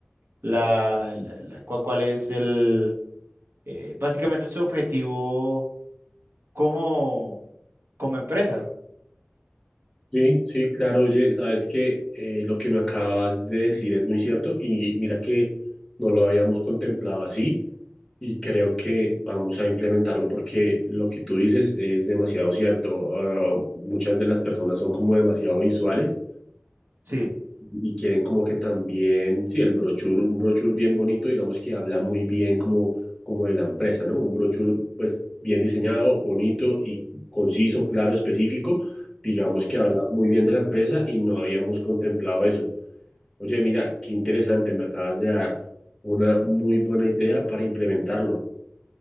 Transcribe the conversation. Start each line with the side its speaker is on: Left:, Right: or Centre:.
Right: la, la- la- cua- cuál, es el, eh, básicamente su objetivo como, como empresa.
Centre: Sí, sí, claro, oye, sabes que eh, lo que me acabas de decir es muy cierto y mira que no lo habíamos contemplado así y creo que vamos a implementarlo porque lo que tú dices es demasiado cierto. Ah, muchas de las personas son como demasiado visuales
Right: Sí,
Centre: y quieren como que también, sí, el brochure, un brochure bien bonito, digamos que habla muy bien como, como de la empresa, ¿no? Un brochure pues bien diseñado, bonito y conciso, claro, específico, digamos que
Right: Ujú.
Centre: habla muy bien de la empresa y no habíamos contemplado eso. Oye, mira, qué interesante, me acabas de dar una muy buena idea para implementarlo.